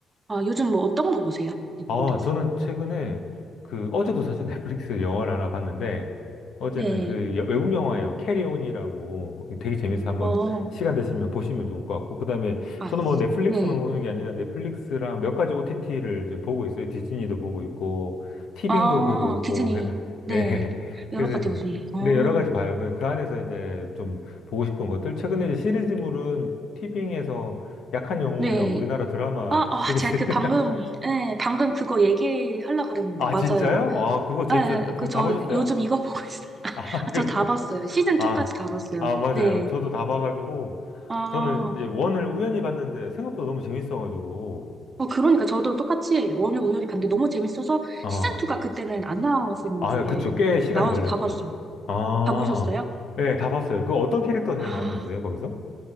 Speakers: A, on the right (about 30°); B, on the left (about 65°).
A: 아, 요즘 뭐 어떤 거 보세요? 넷플릭스.
B: 아, 저는 최근에 그 어제도 사실 <laughs> 넷플릭스 영화를 하나 봤는데 어제는
A: 네.
B: 그 여- 외국 영화예요. 캐리온이라고 되게 재밌어서 한번
A: 어,
B: 시간 되시면 보시면 좋을 것 같고 그다음에
A: 아,
B: 저는 뭐 넷플릭스만
A: 네.
B: 보는 게 아니라 넷플릭스랑 몇 가지 OTT를 지금 보고 있어요. 디즈니도 보고 있고 티빙도
A: 아,
B: 보고 있고
A: 디즈니.
B: 해서
A: 네.
B: 네. <laughs>
A: 여러
B: 그래서
A: 가지
B: 이제
A: 보시네요. 어,
B: 네, 여러 가지 봐요. 그그 안에서 이제 좀 보고 싶은 것들 최근에 이제 시리즈물은 티빙에서 약한 영웅이라고
A: 네.
B: 우리나라 드라마
A: 아, 아,
B: 시리즈
A: 제가 그
B: <laughs>
A: 방금, 네, 방금 그거 얘기하려고 그랬는데,
B: 아,
A: 맞아요.
B: 진짜요? 아, 그거 재밌었는데.
A: 네,
B: 보-
A: 그 저
B: 다 보셨어요?
A: 요즘 이거 <laughs> 보고 있어요.
B: 아, <laughs>
A: 아,
B: 그리고,
A: 저 다 봤어요. 시즌
B: 아,
A: 2까지 다 봤어요.
B: 아, 맞아요.
A: 네.
B: 저도 다 봐가지고,
A: 아.
B: 저는 이제 원을 우연히 봤는데, 생각보다 너무 재밌어가지고,
A: 어, 그러니까 저도 똑같이 원을 우연히 봤는데 너무 재밌어서
B: 아,
A: 시즌2가 그때는 안 나왔었는데
B: 아, 그쵸. 꽤
A: 이제
B: 시간이
A: 나와서
B: 걸렸죠.
A: 다 봤어요.
B: 아,
A: 다 보셨어요?
B: 예, 다 봤어요. 그 어떤 캐릭터가
A: 아,
B: 제일 마음에 드세요, 거기서?